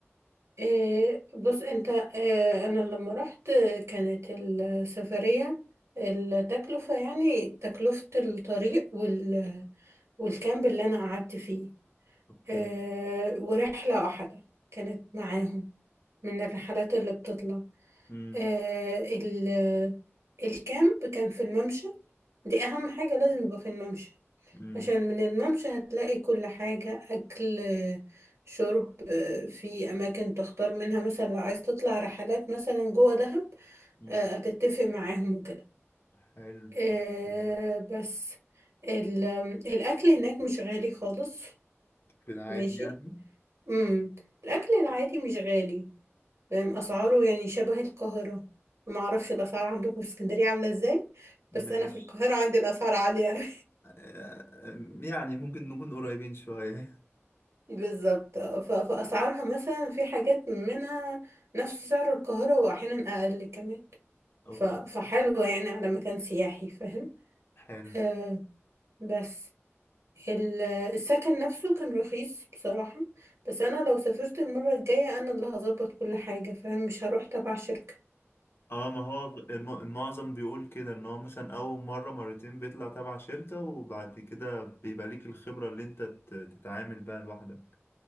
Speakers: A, on the right; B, on the left.
A: آه، بص انت آه، انا لما رحت آه، كانت السفرية التكلفة يعني تكلفة الطريق وال والكامب اللي انا قعدت فيه
B: اوكي
A: آه، ورحلة واحدة كانت معاهم من الرحلات اللي بتطلع
B: امم
A: آه، ال- الكامب كان في الممشى دي اهم حاجة لازم يبقى في الممشى
B: امم
A: عشان من الممشى هتلاقي كل حاجة أكل شرب في أماكن تختار منها مثلا لو عايز تطلع رحلات مثلا جوه دهب
B: أمم.
A: آه، هتتفق معاهم وكده
B: حلو
A: آه،
B: أوكي.
A: بس ال- الأكل هناك مش غالي خالص
B: في العادي
A: ماشي
B: يعني
A: امم الأكل العادي مش غالي فاهم أسعاره يعني شبه القاهرة معرفش الأسعار عندكم في اسكندرية عاملة ازاي بس
B: ماشي
A: أنا في القاهرة عندي الأسعار عالية
B: آه، يعني ممكن نكون قريبين شوية <laughs>
A: بالظبط ف- فأسعارها مثلا في حاجات منها نفس سعر القاهرة وأحيانا أقل كمان
B: اوكي
A: ف- فحلوة يعني على مكان سياحي فاهم
B: حلو
A: آه بس ال- السكن نفسه كان رخيص بصراحة بس أنا لو سافرت المرة الجاية أنا اللي هظبط كل حاجة فاهم مش هروح تبع شركة
B: اه ما هو الم- المعظم بيقول كده ان هو مثلا اول مرة مرتين بيطلع تبع شركة وبعد كده بيبقى ليك الخبرة اللي انت تت- تتعامل بيها لوحدك